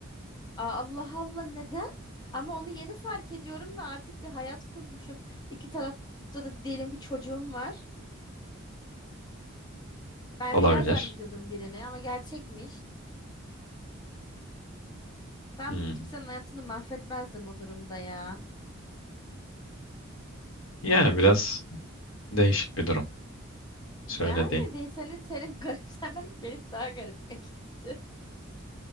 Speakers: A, on the left; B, on the left.
A: Aa, Allah Allah neden? Ama onu yeni fark ediyorum ve artık bir hayat kurmuşum. İki tarafta da diyelim ki çocuğum var. Ben
B: Olabilir.
A: rüya zannediyordum birini ama gerçekmiş. Ben
B: Hmm.
A: kimsenin hayatını mahvetmezdim o durumda ya.
B: Yani biraz değişik bir durum söylediğin.
A: Yani değil senin <laughs> senin garipsemen benim daha garibime gitti.